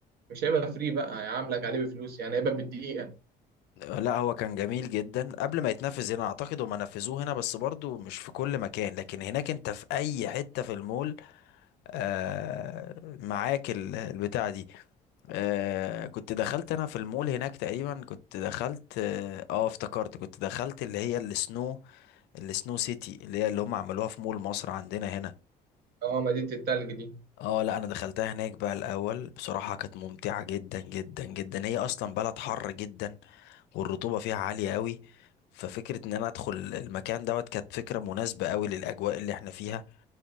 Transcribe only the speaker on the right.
مش هيبقى فري بقى هيعاملك عليه بفلوس يعني هيبقى بالدقيقة
اه مدينة التلج دي